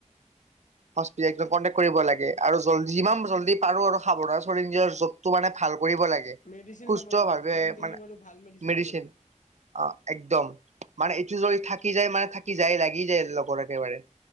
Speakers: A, on the right (about 65°); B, on the left (about 85°).
A: অস্পিজন কণ্টেকট কৰিব লাগে। আৰু জল্দি যিমান জল্দি পাৰো আৰু সাৱধান চল নিজৰ য'তটো মানে ভাল। কৰিব লাগে,
B: মেডিচিন
A: সুস্থভাৱে
B: ল'ব লাগে যিমান জল্দি
A: মানে
B: বাৰু ভাল
A: মেডিচিন
B: ল'ব লাগে
A: অ, একদম মান এইটো যদি থাকি যায় মানে থাকি যায়, লাগি যায়, লগৰ একেবাৰে।